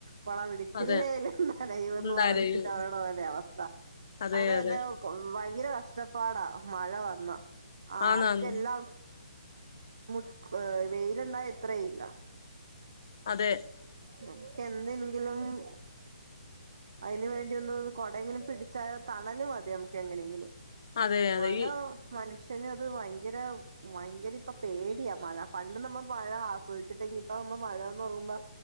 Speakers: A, on the right (about 45°); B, on the left (about 35°).
A: കൊട പിടിച്ചില്ലേലും
B: അതെ
A: നനയുമെന്ന്
B: എന്താലയു
A: പറഞ്ഞു ലോരുടെ പോലെ അവസ്ഥ
B: അതെ
A: അതു
B: അതെ
A: അ ല്ല ഭയങ്കര കഷ്ടപ്പാടാ മഴ വന്നാ ആർക്കെല്ലാം
B: ആന്നാന്ന്
A: മുൻ വെയിലുണ്ടായ ഇത്രയില്ല
B: അതെ
A: നക്ക എന്തെങ്കിലുംഉം അതിന് വേണ്ടി ഒന്ന് കൊടെങ്കിലും പിടിച്ചാത്ത കണല് മതി നമുക്ക് എങ്ങനെയെങ്കിലും
B: അതെ അതെ
A: മഴ
B: ഈ
A: മനുഷ്യ പക്ഷ അത് ഭയങ്കര ഭയങ്കര ഇപ്പ പേടിയാ മഴ പണ്ട് നമ്മ മഴ ആസ്വദിച്ചിട്ടെങ്കി ഇപ്പം ഇപ്പ മഴന്ന് പറയുമ്പോ